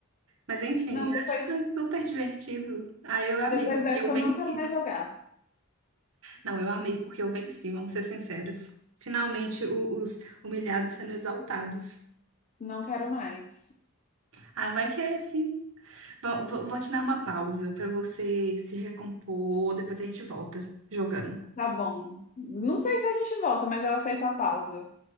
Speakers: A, on the right; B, on the left.
A: Mas enfim,
B: Não, depois,
A: acho que foi super divertido. Ah, eu amei
B: depois
A: porque
B: dessa
A: eu venci.
B: eu não quero mais jogar.
A: Não, eu amei porque eu venci, vamos ser sinceros. Finalmente, o- os humilhados sendo exaltados.
B: Não quero mais.
A: Ah, vai querer sim. Vou, vou- vou te dar uma pausa pra você se recompor, depois a gente volta jogando.
B: Tá bom. Não sei se a gente volta, mas eu aceito a pausa.